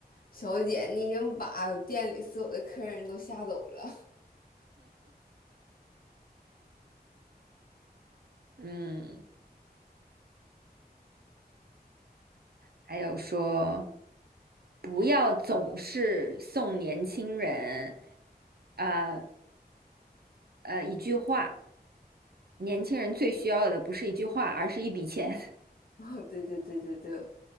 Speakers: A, on the left; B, on the right.
A: “小姐，你已经把店里所有的客人都吓走了。”
B: “嗯。”还有说不要总是送年轻人，呃呃，一句话，年轻人最需要的不是一句话，而是一笔钱。
A: <laughs> 哦，对对对对对，